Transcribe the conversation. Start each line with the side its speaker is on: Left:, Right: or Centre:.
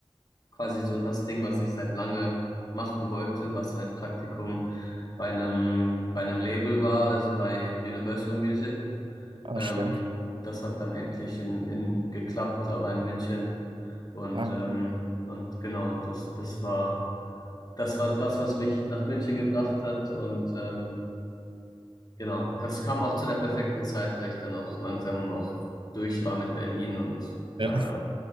Left: quasi so das Ding, was ich seit lange machen wollte, was ein Praktikum bei einem, bei einem Label war, also bei Universal Music.
Right: Ah,
Left: Ähm,
Right: stark.
Left: das hat dann endlich in, in geklappt, aber in München. Und,
Right: Ah,
Left: ähm,
Right: cool.
Left: und genau, das, das war, das war das, was mich nach München gebracht hat und ähm, Genau, das kam auch zu der perfekten Zeit, weil ich dann auch langsam auch durch war mit Berlin und
Right: Ja.
Left: äh,
Right: <laughs>